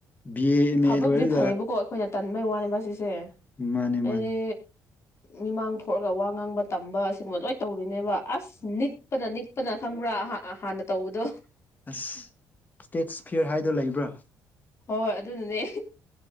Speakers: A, on the left; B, on the left.
A: ꯕꯤ ꯑꯦ ꯑꯦꯝ
B: ꯐꯕꯕꯨꯗꯤ
A: ꯑꯦ ꯂꯣꯏꯔꯒ
B: ꯐꯩꯌꯦꯕꯀꯣ ꯑꯩꯈꯣꯏꯅ ꯇꯟꯕꯩ ꯋꯥꯅꯦꯕ ꯁꯤꯁꯦ
A: ꯃꯥꯅꯦ ꯃꯥꯅꯦ
B: ꯑꯗꯤ ꯃꯤꯃꯥꯡ ꯊꯣꯛꯑꯒ ꯋꯥ ꯉꯥꯡꯕ ꯇꯝꯕ ꯑꯁꯤꯒꯨꯝꯕ ꯂꯣꯏ ꯇꯧ ꯅꯦꯕ ꯑꯁ ꯅꯤꯛꯄꯅ ꯅꯤꯛꯄꯅ ꯈꯪꯕ꯭ꯔꯥ ꯍꯥꯟꯅ ꯇꯧꯕꯗꯣ
A: ꯑꯁ ꯏꯁꯇꯦꯠ ꯐꯤꯌꯔ ꯍꯥꯏꯗꯣ ꯂꯩꯕ꯭ꯔꯥ
B: ꯍꯣꯏ ꯍꯣꯏ ꯑꯗꯨꯅꯅꯦ